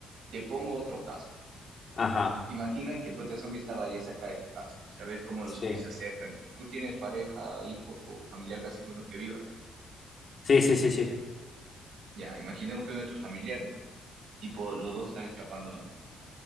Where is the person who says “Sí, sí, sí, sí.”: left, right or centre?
Left